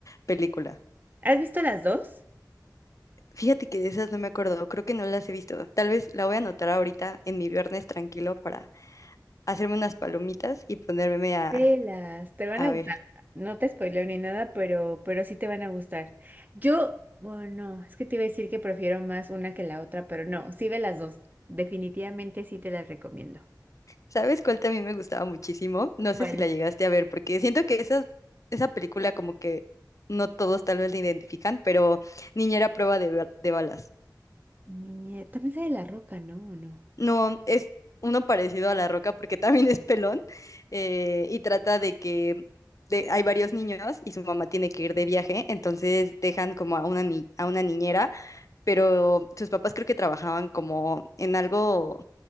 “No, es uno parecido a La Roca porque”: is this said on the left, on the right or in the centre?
Left